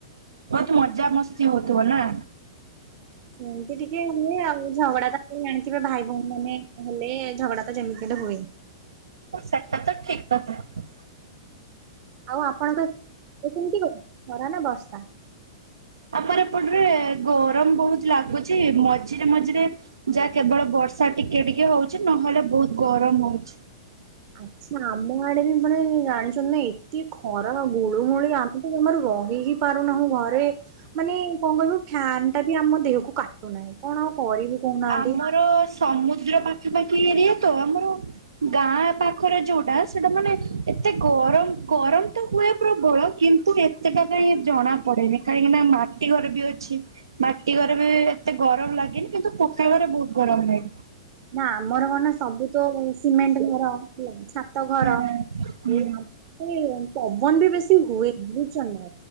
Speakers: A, on the right (about 75°); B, on the right (about 40°).
A: ବହୁତ ମଜା ମସ୍ତି ହଉଥିବ ନା।
B: ସେମିତି ଟିକେ। ହଁ <unintelligible> ଆଉ ଝଗଡା ତା ଜାଣିଥିବେ ଭାଇ ଭଉଣୀ ମାନେ। ହେଲେ ଝଗଡା ତ ଯେମିତି ହେଲେ ହୁଏ।
A: ସେଟା ତ ଠିକ କଥା।
B: ଆଉ ଆପଣଙ୍କ କେମତି କହୁଛି <unintelligible> ଖରା ନା ବର୍ଷା।
A: ଆମର ଏପଟରେ ଗରମ ବହୁତ ଲାଗୁଚି। ମଝିରେ ମଝିରେ ଯା କେବଳ ବର୍ଷା ଟିକେ ଟିକେ ହଉଛି। ନହେଲେ ବହୁତ ଗରମ ହଉଛି।
B: ଆଚ୍ଛା। ମୋ ଆଡେ ବି ମାନେ ଜାଣିଛନ୍ତି ନା ଏତେ ଖରା ଗୁଳୁଗୁଳି ଆମେ ତ ଜମାରୁ ରହି ହି ପାରୁନାହୁଁ ଘରେ। ମାନେ କଣ କହିବୁ ଫ୍ୟାନ ଟା ବି ଆମ ଦେହକୁ କାଟୁନାହିଁ କଣ ଆଉ କରିବୁ କହୁନାହାନ୍ତି
A: ଆମର ସମୁଦ୍ର ପାଖାପାଖି। ଏରିଆ ତ ଆମର ଗାଁ ପାଖରେ ଯୋଉଟା ସେଟା ମାନେ ଏତେ ଗରମ ଗରମ ତ ହୁଏ ପ୍ରବଳ। କିନ୍ତୁ, ଏତେଟା ପାଇଁ ଜଣା ପଡେନି କାହିଁକିନା ମାଟି ଘର ବି ଅଛି ମାଟି ଘର ବି ଏତେ ଗରମ ଲାଗେନି।, କିନ୍ତୁ ଖାଇବାରେ ବହୁତ ଗରମ ଲାଗ।
B: ନା ଆମର କଣ ସବୁ ତ ସିମେଣ୍ଟ ଘର। ହେଛ <unintelligible> ଛାତ ଘର
A: ହୁଁ
B: <unintelligible> ପବନ ବି ବେଶୀ ହୁଏନା ବୁଝୁଛନା